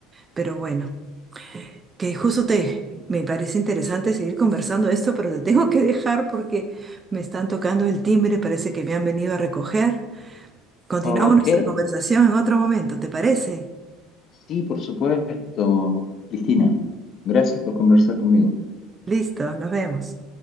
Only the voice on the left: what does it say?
Ok,
sí, por supuesto, Cristina. Gracias por conversar conmigo.